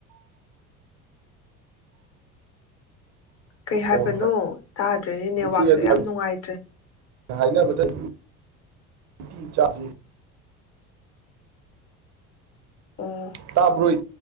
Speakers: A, on the left; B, on the right.
A: ꯀꯩ ꯍꯥꯏꯕꯅꯣ
B: ꯑꯣ
A: ꯇꯥꯗ꯭ꯔꯦꯅꯦ ꯅꯦꯠꯋꯥꯛꯁꯦ
B: ꯏꯆꯦ ꯑꯗꯨ
A: ꯌꯥꯝ ꯅꯨꯡꯉꯥꯏꯇ꯭ꯔꯦ
B: ꯍꯥꯏꯅꯕꯗ ꯅꯨꯡꯇꯤ ꯆꯁꯤ
A: ꯑꯣ
B: ꯇꯥꯕ ꯔꯣꯏ